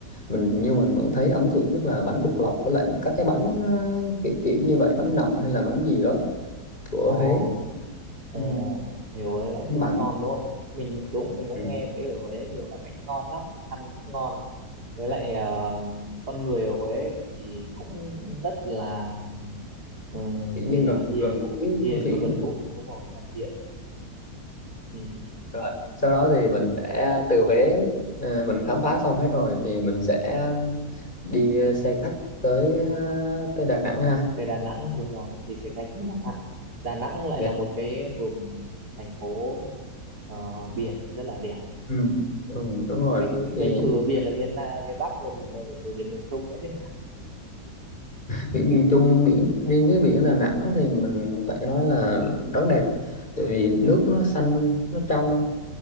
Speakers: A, on the left; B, on the right.
A: mình như mình vẫn thấy ấn tượng nhất là bánh bột lọc với lại các cái bánh ờ, kiểu kiểu như vậy bánh nậm hay là bánh gì đó của
B: Ồ,
A: Huế.
B: Ờ,
A: Ừ.
B: nhiều cái loại
A: Bạn
B: bánh ngon đúng không? Mình đúng mình cũng
A: Ừ.
B: nghe thấy ở Huế nhiều loại bánh ngon lắm, thức ăn cũng ngon. Với lại ờ, con người ở Huế thì cũng rất là ừm,
A: kiểu như
B: gì nhỉ?
A: gần
B: Hiền,
A: gần gũi
B: hiền
A: thân thiện.
B: và gần gũi, đúng rồi, thân thiện. Ừ.
A: rồi sau đó thì mình sẽ từ Huế ờ, mình khám phá xong hết rồi thì mình sẽ đi ờ, xe khách tới ờ, tới Đà Nẵng ha
B: Thế Đà Nẵng đúng rồi, thì sẽ khách đến Đà Nẵng. Đà Nẵng lại
A: Về-
B: là một cái vùng thành phố ờ, biển rất là đẹp.
A: Ừ. ừ, đúng rồi
B: Mình
A: thì
B: mình thử biển ở miền Na- miền Bắc rồi thì giờ phải thử biển miền Trung nữa chứ.
A: biển miền Trung biển riêng cái biển Đà Nẵng thì mình phải nói là rất đẹp tại vì nước nó xanh nó trong